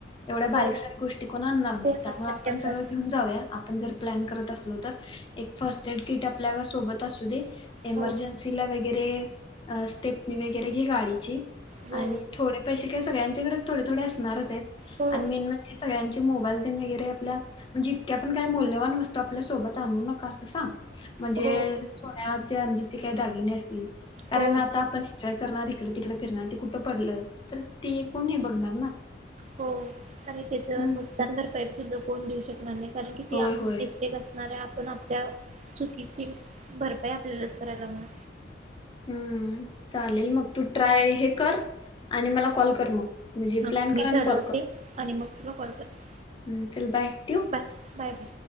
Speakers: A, on the left; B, on the right.
A: एवढ्या बारीक-सारीक
B: हो
A: गोष्टी ते कोण आणणार नाहीत
B: हो
A: त्यामुळे
B: लक्षात
A: आपण
B: ठेवणार
A: सगळ घेऊन जाऊया आपण जर प्लॅन करत असलो तर एक फर्स्ट एड किट आपल्या सोबत असू दे. एमर्जन्सीला
B: हो
A: वगैरे स्टेपनी वगैरे घे गाडीची.
B: हो
A: आणि थोडे पैसे काय सगळ्यांच्याकडेच थोडे थोडे असणारच आहेत
B: हो
A: आणि मेन म्हणजे सगळ्यांचे मोबाईल तेन वगैरे आपल्या म्हणजे इतक्या आपण काय मौल्यवान वस्तू आपल्या सोबत आणू नका असं सांग. म्हणजे
B: हो
A: सोन्या, चांदीचे काही दागिने असतील. कारण
B: हो
A: आता आपण एन्जॉय करणार इकडे-तिकडे फिरणार ते कुठं पडलं? तर ते कोण हे बघणार ना.
B: हो आणि त्याच
A: हम्म
B: नुकसान भरपाई सुद्धा कोण देऊ शकणार नाही. कारण कि
A: होय
B: आप
A: होय
B: मिस्टेक असणार आहे आप पण आपल्या चुकीची भरपाई आपल्यालाच करायला लागणार.
A: हम्म चालेल मग तू ट्राय हे कर आणि मला कॉल कर मग. म्हणजे
B: हा
A: प्लॅन
B: मी
A: कर आणि
B: ठरवते
A: कॉल कर
B: आणि मग तुला कॉल करते.
A: हम्म, चल बाय ठेऊ?
B: Bye bye bye